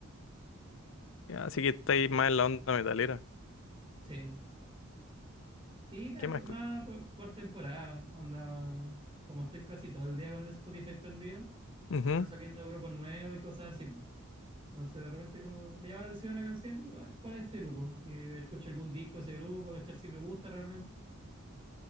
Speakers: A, on the left; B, on the right.
A: así que estáis más en la onda metalera.
B: Sí. Sí, va
A: ¿Qué
B: por,
A: más? escu-
B: va por- por temporada. Anda. Como estoy casi todo el día con el Spotify prendido,
A: Ujú.
B: me van saliendo grupos nuevos y cosas así. po. Entonces, de repente, como que me llama la atención una canción y digo, "Ah, ¿cuál es este grupo? Y escucho algún disco de ese grupo, a cachar si me gusta realmente.